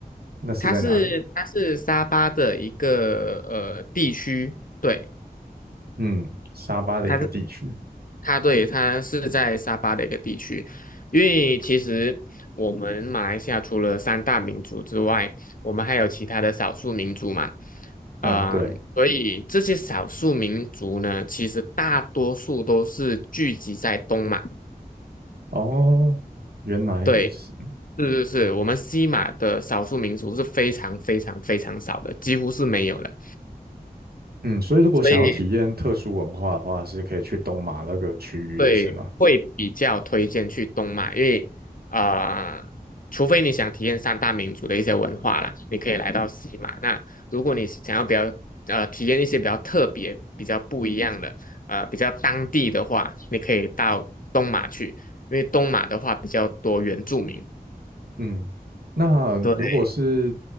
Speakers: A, on the right (about 75°); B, on the left (about 60°).
A: 那是在哪里？
B: 它是它是沙巴的一个呃地区，对。
A: 嗯，沙巴的一个地区。
B: 它是。它对，它是在沙巴的一个地区，因为其实我们马来西亚除了三大民族之外，我们还有其他的少数民族嘛，
A: 嗯，
B: 嗯，
A: 对，
B: 所以这些少数民族呢，其实大多数都是聚集在东马，
A: 哦，原来如此。
B: 对，是是是，我们西马的少数民族是非常非常非常少的，几乎是没有的。
A: 嗯，所以如果想要体验特殊文化的话，
B: 所以
A: 是可以去东马那个区域的，
B: 对，
A: 是吗？
B: 会比较推荐去东马，因为呃，除非你想体验三大民族的一些文化啦，你可以来到西马。那如果你想要比较呃体验一些比较特别、比较不一样的呃比较当地的话，你可以到东马去，因为东马的话比较多原住民。
A: 嗯，那如果是，
B: 对，